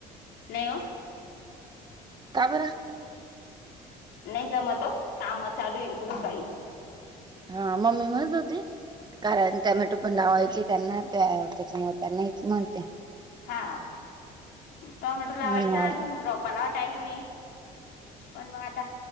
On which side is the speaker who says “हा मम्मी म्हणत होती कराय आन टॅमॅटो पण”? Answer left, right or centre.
Right